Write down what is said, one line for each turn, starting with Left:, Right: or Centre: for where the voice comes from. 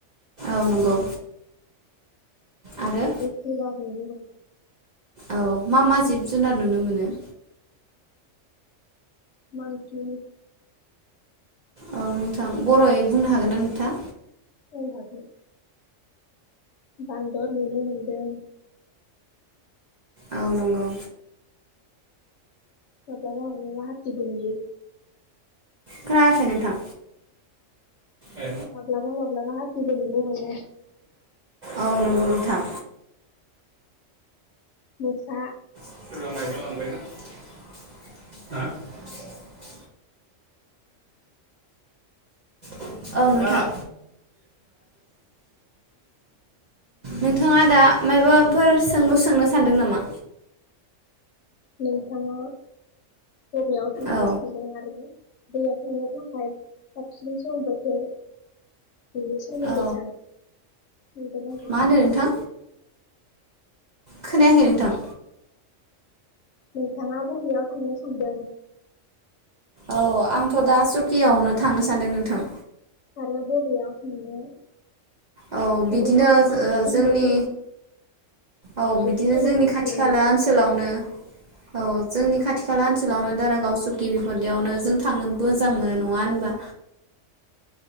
Right: औ नंगौ आरो
Left: बेसे ला बुं
Right: औ मा मा जिब जुनार नुनो मोनो
Left: मांखि
Right: औ नोंथां बरहै बुंनो हागोनना नोंथा
Left: औ बान्दर नुनो मोनदों
Right: औ नंगौ
Left: <unintelligible>
Right: खोनायाखै नोंथां औ
Left: माब्लाबा माब्लाबा हाथिबो नुनो मोनो
Right: औ नंगौ नोंथां
Left: मोसा <inaudible>
Right: औ <inaudible> <unintelligible> औ नोंथां नोंथाङा दा माबाफोर सोंलु सोंनो सानदों नामा
Left: नोंथाङा बबेयाव थांनो
Right: औ
Left: सानदों आरो दै आव थांनो थाखाय साबसिन सम बोथोर बेनि सोमोन्दै
Right: औ
Left: सान नंगोन नांगोन
Right: मा होनो
Left: जायो
Right: नोंथां? खोनायाखै नोंथां
Left: नोंथांङा बबेयाव थांनो सानदों
Right: औ आंथ‌दा सुकियावनो थांनो सान्दों नोंथां
Left: आरो बबेयाव थांनो
Right: औ
Left: थांनो
Right: बिदिनो
Left: थाखाय साबसिन
Right: जोंनि
Left: बोथोर
Right: औ
Left: बेनि
Right: बिदिनो
Left: सोमोन्दै
Right: जोंनि खाथि
Left: थानांगौ
Right: खाला
Left: जायो
Right: ओनसोलावनो औ जोंनि खाथि खाला ओनसोलावनो दारागाव सुकि बिफोरदियावनो जों थांनो मोजां मोनो नंङा होनबा